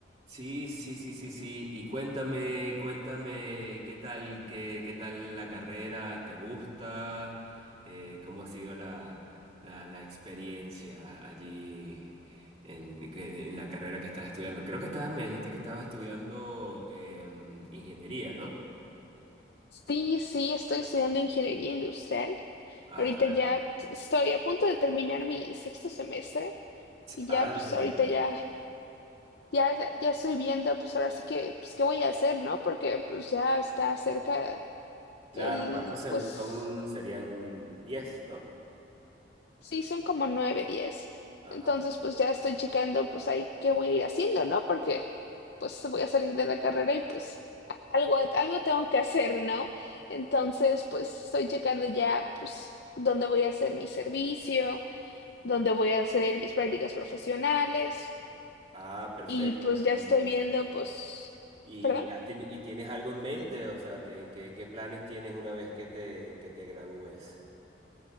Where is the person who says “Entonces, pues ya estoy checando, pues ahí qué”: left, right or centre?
Left